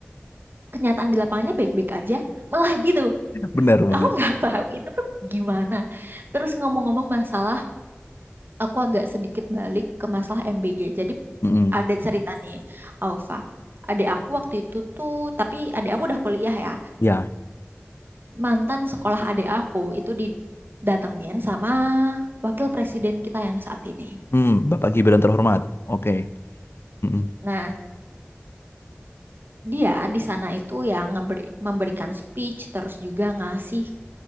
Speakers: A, on the right; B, on the left.
A: kenyataan di lapangannya baik-baik aja. Malah gitu.
B: Benar banget.
A: Aku nggak <laughs> tahu itu tuh gimana. Terus ngomong-ngomong masalah, aku agak sedikit balik ke masalah MBG. Jadi
B: Mm-mm.
A: ada cerita nih, Alfa. Adik aku waktu itu tuh, tapi adik aku udah kuliah ya.
B: Ya.
A: mantan sekolah adik aku itu didatengin sama wakil presiden kita yang saat ini.
B: Mm, Bapak Gibran terhormat. Oke. Mm-mm.
A: Nah, dia di sana itu yang ngeberi- memberikan speech terus juga ngasih